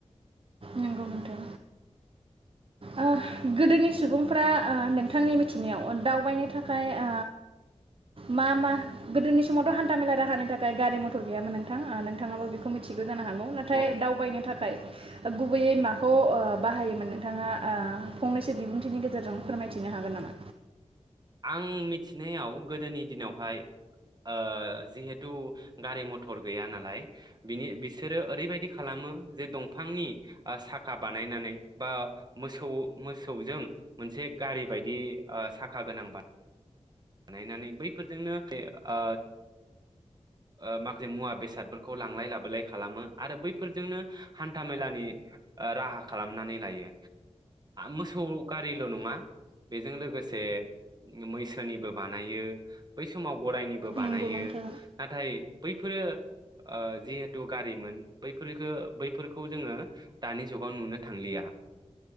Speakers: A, on the right; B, on the right.
A: नंगौ नोंथां ओ गोदोनि सुबुं फ्रा ओ नोंथांनि मिथिनायाव दावबायनो थाखाय ओ मा मा गोदोनि समावथ' हान्था मेला राहानि थाखाय गारि मथर गैयामोन नोंथां नोंथाङाबो बेखौ मिथिगौ जानो हागौ नाथाय
B: औ
A: दावबायनो थाखाय गुबैयै माखौ ओ बाहायोमोन नोंथाङा ओ फंनैसो बिबुंथिनि गेजेरजों फोरमायथिनो हागोन नामा
B: आं मिथिनायाव गोदोनि दिनावहाय ओ जिहेथु गारि मथर गैया नालाय बिनि बिसोरो ओरैबायदि खालामो जे दंफांनि साखा बानायनानै बा मोसौ मोसौजों मोनसे गारि बायदि ओ साखा गोनां बाय बानायनानै बैफोरजोंनो ओ ओ माखासे मुवा बेसादफोरखौ लांलाय लाबोलाय खालामो आरो बैफोरजोंनो हान्था मेलानि राहा खालामनानै लायो मोसौ गारिल' नङा बेजों लोगोसे मैसो निबो बानायो बै समाव गरायनि बो बानायो
A: नंगौ नोंथां
B: नाथाय बैफोरो ओ जिहेथु गारिमोन बैफोरफोरखौ बैफोरखौ जोङो दानि जुगाव नुनो थांलिया।